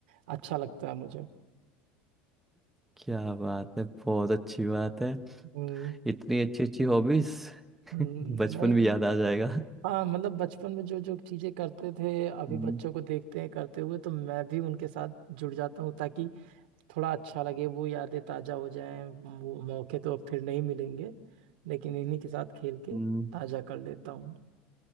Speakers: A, on the right (about 85°); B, in the centre.
A: अच्छा लगता है मुझे
B: क्या बात है बहुत अच्छी बात है
A: हम्म,
B: इतनी अच्छी अच्छी हॉबीज <laughs>
A: हम्म,
B: बचपन
A: नहीं
B: भी याद आ जाएगा
A: हाँ मतलब बचपन में जो जो चीजें करते थे अभी
B: हम्म
A: बच्चों को देखते हैं करते हुए तो मैं भी उनके साथ जुड़ जाता हूँ ताकि थोड़ा अच्छा लगे वो यादें ताजा हो जाएं वो मौके तो अब फिर नहीं मिलेंगे लेकिन इन्हीं के साथ खेल के
B: हम्म
A: ताजा कर लेता हूँ